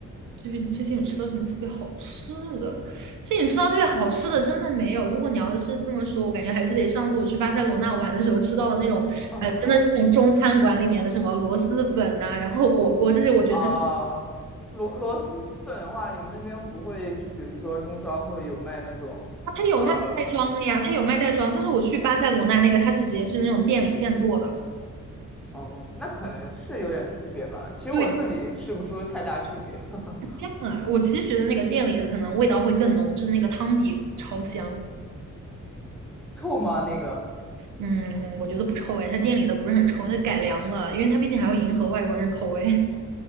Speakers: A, on the right; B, in the centre.
A: 最近最近有吃到什么特别好吃的？最近吃到特别好吃的真的没有。如果你要是这么说，我感觉还是得上次我去巴塞罗那玩的时候吃到的那种，
B: <laughs> 嗯
A: 呃，真的是那种中餐馆里面的什么螺蛳粉呐、然后火锅，这些我觉得真的。
B: 啊，螺螺蛳粉的话，你们那边不会就比如说中超会有卖那种，
A: 它有卖袋装的呀，
B: 呃，
A: 它有卖袋装，但是我去巴塞罗那那个，它是直接是那种店里现做的。
B: 嗯，那可能是有点区别吧。其实我自己吃不出太大区别，
A: 对，
B: <laughs>
A: 这样啊，我其实觉得那个店里的可能味道会更浓，就是那个汤底超香。
B: 臭吗？那个
A: 嗯，我觉得不臭哎，它店里的不是很臭，它改良了，因为它毕竟还要迎合外国人的口味。<laughs>